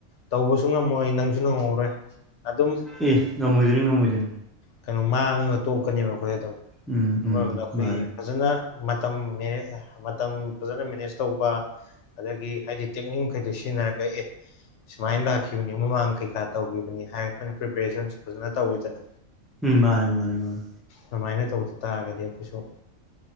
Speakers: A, on the left; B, in the centre.
A: ꯇꯧꯕꯁꯨ ꯉꯝꯃꯣꯏ ꯅꯪꯁꯨ ꯅꯪꯍꯧꯔꯣꯏ ꯑꯗꯨꯝ
B: ꯑꯦ ꯉꯃꯣꯏꯗꯣꯏꯅꯤ ꯉꯝꯃꯣꯏꯗꯣꯏꯅꯤ
A: ꯀꯩꯅꯣ ꯃꯥꯡꯉꯒ ꯇꯣꯛꯀꯅꯦꯕ ꯑꯩꯈꯣꯏ ꯑꯗꯨꯝ
B: ꯎꯝ
A: ꯑꯃꯔꯣꯝꯗ
B: ꯎꯝ
A: ꯑꯩꯈꯣꯏ
B: ꯃꯥꯅꯦ
A: ꯐꯖꯅ ꯃꯠ ꯇꯝ ꯃꯦꯅꯦ ꯃꯇꯝ ꯐꯖꯅ ꯃꯦꯅꯦꯖ ꯇꯧꯕ ꯑꯗꯒꯤ ꯍꯥꯏꯗꯤ ꯇꯦꯛꯅꯤꯡꯈꯩꯗ ꯁꯤꯖꯤꯟꯅꯔꯒ ꯑꯦ ꯁꯨꯃꯥꯏꯅ ꯂꯥꯛꯈꯤꯕꯅꯤ ꯃꯃꯥꯡ ꯀꯩꯀꯥ ꯇꯧꯈꯤꯕꯅꯤ ꯍꯥꯏ ꯑꯩꯈꯣꯏꯅ ꯄ꯭ꯔꯤꯄꯦꯔꯦꯁꯟꯁꯨ ꯐꯖꯅ ꯇꯧꯋꯤꯗꯅ
B: ꯎꯝ ꯃꯥꯅꯦ ꯃꯥꯅꯦ ꯃꯥꯅꯦ
A: ꯑꯗꯨꯃꯥꯏꯅ ꯇꯧꯗ ꯇꯥꯔꯒꯗꯤ ꯑꯩꯈꯣꯏꯁꯨ